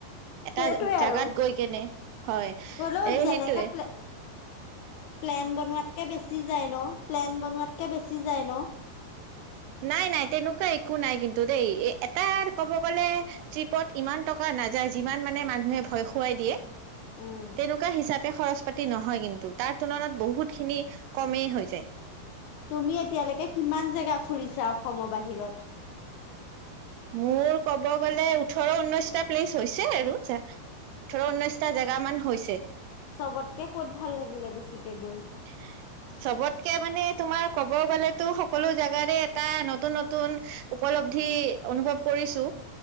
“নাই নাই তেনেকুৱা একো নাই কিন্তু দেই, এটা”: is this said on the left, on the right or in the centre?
Right